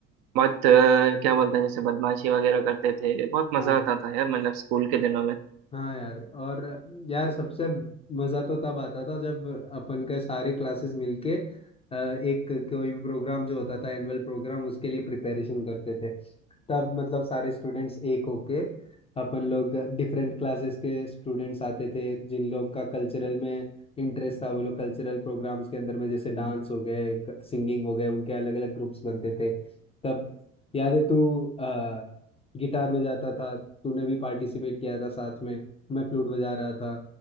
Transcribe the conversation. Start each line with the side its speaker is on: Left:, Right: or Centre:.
Right: बहुत अ, क्या बोलते हैं जैसे बदमाशी वगैरह करते थे बहुत मजा
Left: हाँ
Right: आता था यार मतलब स्कूल के दिनों में
Left: हाँ यार और यार सबसे मज़ा तो तब आता था जब अपन का सारे क्लासेस मिलके अ, एक कोई भी प्रोग्राम जो होता था एनुअल प्रोग्राम उसके लिए प्रिपरेशन करते थे तब मतलब सारे स्टूडेंट्स एक होके अपन लोग डिफरेंट क्लासेस के स्टूडेंट्स आते थे जिन लोग का कल्चरल में इंटरेस्ट था वो लोग कल्चरल प्रोग्राम्स के अंदर में जैसे डांस हो गए सिंगिंग हो गए उनके अलग अलग ग्रुप्स बनते थे तब याद है तू अ, गिटार बजाता था तूने भी पार्टिसिपेट किया था साथ में मैं फ्लूट बजा रहा था